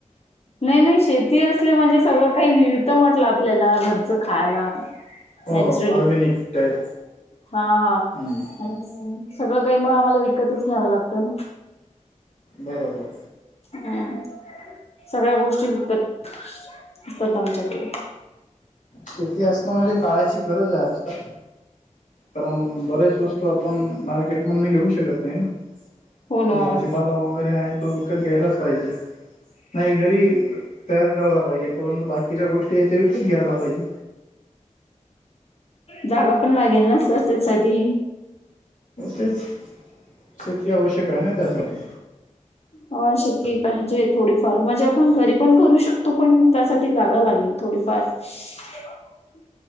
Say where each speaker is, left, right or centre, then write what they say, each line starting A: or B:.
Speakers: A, on the left (about 55°); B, on the left (about 80°).
A: नाही नाही शेती असली म्हणजे सगळं काही मिळत म्हटलं आपल्याला घरचं खायला
B: हो
A: नॅचरली
B: ऑर्गॅनिक टाईप
A: हा
B: हम्म
A: आणि सगळं काही म आम्हाला विकतच घ्यावं लागतं ना
B: बरोबर
A: हम सगळ्या गोष्टी विकत विकतात आमच्याकडे
B: शेती असतं म्हणजे काळाची गरज आहे आजकाल कारण बरेच वस्तू आपण मार्केट मध घेऊ शकत नाही ना
A: हो ना
B: तो भाजीपाला वगैरे आहे तो विकत घ्यायलाच पाहिजे नाही घरी तयार करायला पाहिजे परंतु बाकीच्या गोष्टी आहेत त्या विकत घ्यायला पाहिजे
A: जागा पण लागेल ना सर त्यासाठी
B: तेच शेती आवश्यक आहे ना त्यासाठी
A: हा शेती पाहिजे थोडीफार मजा पण घरी पण करू शकतो पण त्यासाठी जागा लागेल थोडीफार
B: हो
A: ह